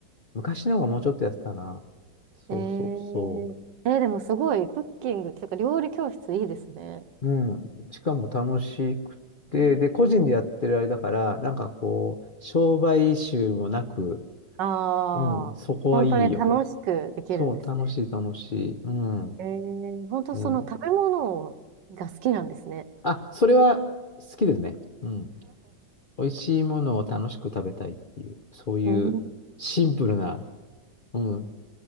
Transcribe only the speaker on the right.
えー、えーでもすごい、クッキングとか料理教室いいですね。
ああー、
本当に楽しくできるんですね。
えー、本当その食べ物が好きなんですね。
<laughs> うん